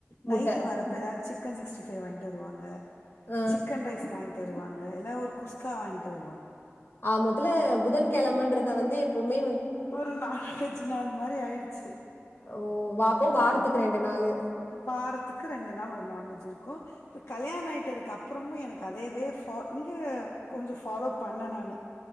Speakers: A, on the left; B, on the left.
A: முட்டை.
B: நைட்டு வரப்ப ஏதாச்சு சிக்கன் சிக்ஸ்டி ஃபை வாங்கிட்டருவாங்க
A: ஆ.
B: சிக்கன் ரைஸ் வாங்கிட்டருவாங் க எல்லா ஒரு குஸ்கா வாங்கிட்டு வ
A: ஆமொத்துல்ல புதன்கெழமன்றத வந்து எப்பவ்மே
B: ஒரு நான்வெஜ்ஜு நாள் மாரி ஆயிடுச்சு
A: ஓ! வா அப்போ வாரத்துக்கு
B: ஆமா
A: நாளு.
B: வாரத்துக்கு ரெண்டு நாள் ஒரு நான்வெஜு இருக்கு அப்ற கல்யாண ஆயிட்டதுக்கப்றமு எனக்கு அதேவே ஃபா இங்க கொஞ்ச ஃபாலோ பண்ணெ நானு